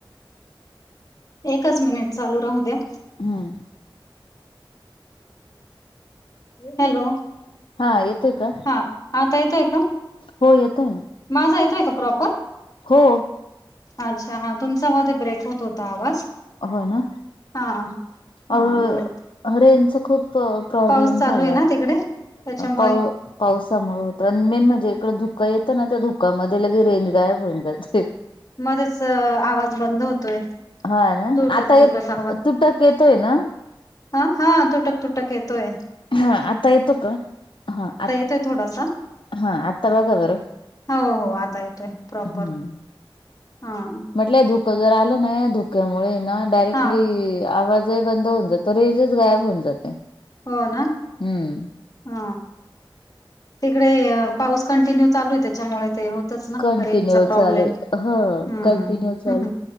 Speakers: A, on the left (about 45°); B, on the left (about 70°).
A: एकच मिनिट चालू राहू द्या.
B: ह्अ
A: हॅलो.
B: हा येतोय का?
A: हा आता येतोय का.
B: हो येतोय ना.
A: माझा यतोय का प्रॉपर?
B: हो.
A: अच्छा हा तुमचा मध्ये ब्रेक होत होता आवाज.
B: हो ना
A: हा हा
B: अ
A: बोल
B: अ रेजचं खूप प्रॉब्लेम
A: पाऊस चालू
B: झालाय.
A: आहे ना तिकडे त्याच्यामुळे
B: पावसामुळे होत आणि मेन म्हणजे इकडं धुकं येतं ना त्या धुक्यामध्ये लगे रेंज गायब होऊन जाते.
A: मध्येच आवाज बंद होतोय.
B: ह्अ ना
A: तुटक
B: आता
A: तुटक
B: ये तुटक येतोय ना?
A: अ हा तुटक तुटक येतोय.
B: हा आता येतो का हा आ
A: येतोय थोडासा.
B: हा आता बघा बरं?
A: हो हो आता येतोय. प्रॉपर
B: हम्म.
A: हा.
B: म्हटलं हे धुकं जर आलं ना धोक्यामुळे हे ना डायरेक्टली
A: हा
B: आवाज <inaudible> बंद होऊन जातं रेजच गायब होऊन जाते.
A: हो ना
B: हम्म
A: हा. तिकडे पाऊस कंटिन्यू चालू आहे त्याच्यामुळे ते हो तेच ना
B: कंटिन्यू
A: रेंजचा प्रॉब्लेम
B: चालू ह
A: हूं
B: कंटिन्यू चालू
A: हम्म